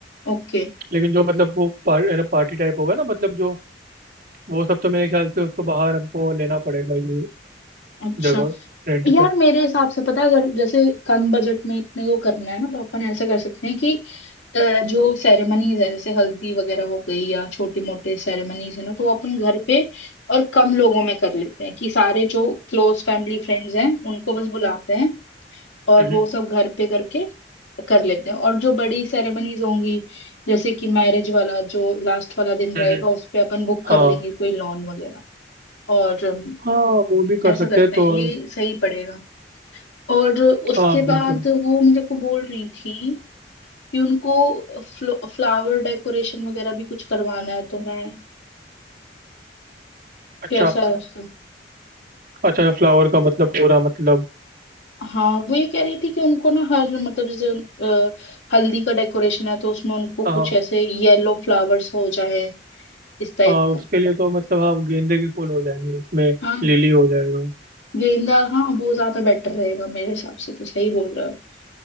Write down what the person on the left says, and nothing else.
ओके
अच्छा
यार
मेरे हिसाब से पता है अगर जैसे कम बजट में अपने को करना है ना तो अपन ऐसा कर सकते हैं कि अ, जो सेरेमनीज है जैसे हल्दी वगैरह हो गई या छोटे मोटे सेरेमनीज है ना तो वो अपन घर पे और कम लोगों में कर लेते हैं कि सारे जो क्लोज फैमिली फ्रेंड्स हैं उनको बस बुलाते हैं और
वो सब घर पे करके कर लेते हैं और जो बड़ी सेरेमनीज होंगी जैसे कि मैरिज वाला जो लास्ट वाला दिन
रहेगा
उस पे अपन बुक कर
लेंगे कोई लॉन वगैरह और अम,
ऐसा
करते
हैं ये सही पड़ेगा और उसके
बाद वो मेरे को बोल रही थी कि उनको फ्लावर डेकोरेशन वगैरह भी कुछ करवाना है तो मैं
कैसा है उसका
हाँ वो ये कह रही थी कि उनको ना हर मतलब जैसे अ, हल्दी का डेकोरेशन है तो उसमें उनको कुछ
ऐसे येलो फ्लावर्स हो जाए इस टाइप
का
हाँ
गेंदा हाँ वो ज्यादा बेटर रहेगा मेरे हिसाब से तो सही बोल रहे हो